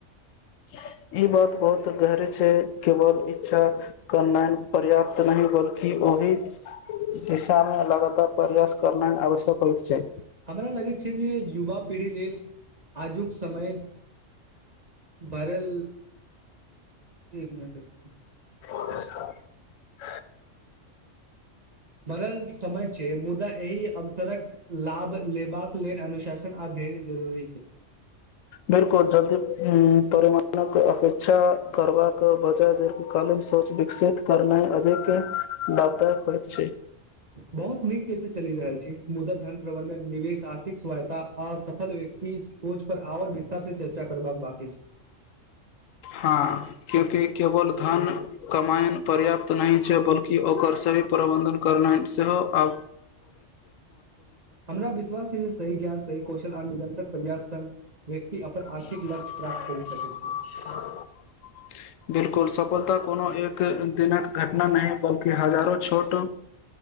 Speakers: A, on the left; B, on the right.
A: <unintelligible> ई बात बहुत गहरी छै केवल इच्छा करनाइ पर्याप्त नहि बल्कि ओहि दिशामे लगातार परयास करनाय आवश्यक होइत छै
B: हमरा लगैत छै जे युवा पीढ़ी लेल आजुक समय भरल एक मिनट एक
A: <unintelligible>
B: बनल समय छै मुदा एहि अवसरक लाभ लेबाक लेल अनुशासन आदि पेघ जरूरी छै
A: बिलकुल जल्दी परिमाणक अपेक्षा करबाक बदल दीर्घकालीन सोच विकसित करने अधिक लाभदायक होइत छै
B: बहुत नीक चीज से चलि रहल छी मुदा धन प्रबंधन निवेश आर्थिक स्वाय आ असफल व्यक्ति सोच पर आओर विस्तार से चर्चा करबाक बांकी
A: हँ क्यूकि केवल धन कमायन पर्याप्त नहि छै बल्कि ओकर सही प्रबन्धन करनानि सेहो आव
B: हमरा विश्वास छै जे सही ज्ञान सही कौशल आर निरन्तर प्रयास संग व्यक्ति अपन आर्थिक
A: <unintelligible>
B: लक्ष्य प्राप्त करि सकैत छै
A: बिलकुल सफलता कोनो एक दिनक घटना नहि बल्कि हजारों छोट